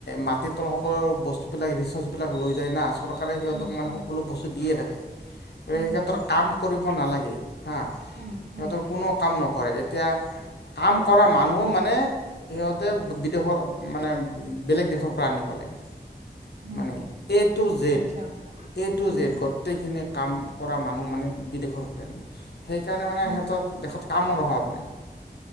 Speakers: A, on the left; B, on the right.
A: মাটিৰ তলত সকলো বস্তুবিলাক, ৰিচ'ৰ্চবিলাক লৈ যায় না চৰকাৰে সিহঁতক
B: উম,
A: মানে
B: উম,
A: সকলো বস্তু দিয়ে থাকে।
B: উম,
A: এই ক্ষেত্ৰত
B: উম,
A: কাম কৰিব নালাগে, হা
B: উম,
A: সিহঁতৰ
B: উম,
A: কোনো কাম নকৰে। এতিয়া কাম কৰা মানুহো মানে, সিহঁতে, বিদেশৰ মানে বেলেগ দেশৰ পৰা আনিব লাগে।
B: উম,
A: মানে, এ টু জেড,
B: আচ্ছা,
A: এ টু
B: উম,
A: জেড গোটেইখিনি কাম কৰা মানুহ মানে, বিদেশৰ পৰা নি, সেইকাৰ মানে, মানে
B: উম,
A: সিহঁতৰ দেশত কামৰ অভাৱ নাই।